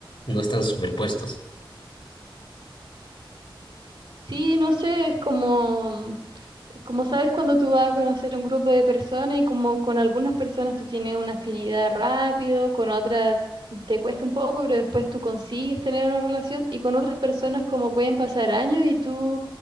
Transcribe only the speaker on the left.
no están superpuestos.